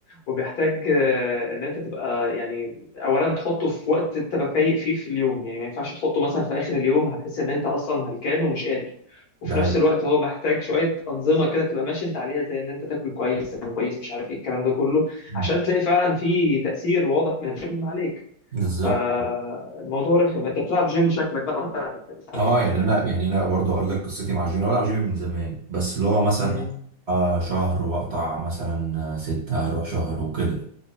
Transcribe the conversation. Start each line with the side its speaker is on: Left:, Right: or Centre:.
Left: وبيحتاج آه، ان انت تبقى يعني اولا تحطه في وقت تبقى فايق فيه في اليوم يعني ما ينفعش تحطه مثلا في اخر اليوم هتحس ان انت اصلا هلكان ومش قادر وفي
Right: ده حقيقي
Left: نفس الوقت هو محتاج شويه انظمه كده تبقى ماشي انت عليها زي ان انت تاكل كويس تنام كويس مش عارف ايه الكلام ده كله
Right: مم.
Left: عشان تلاقي فعلا في تاثير واضح من الجيم عليك
Right: بالظبط
Left: فالموضوع رخم انت بتلعب جيم شكلك بقى مثلا ساعات
Right: اه يعني
Left: حاجه
Right: انا
Left: زي كده
Right: يعني انا برضه هقول لك قصتي مع الجيم انا بلعب جيم من زمان بس اللي هو مثلا
Left: امم
Right: آه، شهر واقطع مثلا آه، ستة اروح شهر وكده